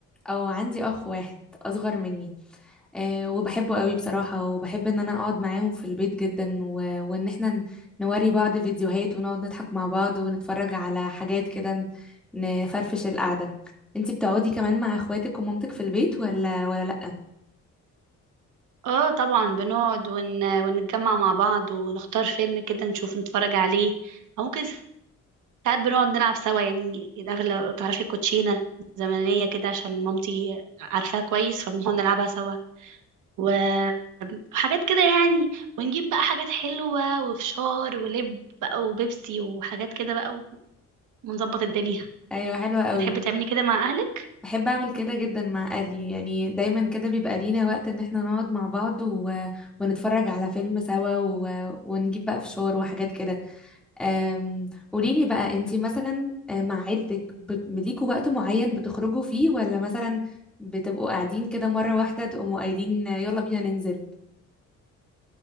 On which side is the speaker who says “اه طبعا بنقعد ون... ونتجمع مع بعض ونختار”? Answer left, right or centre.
Right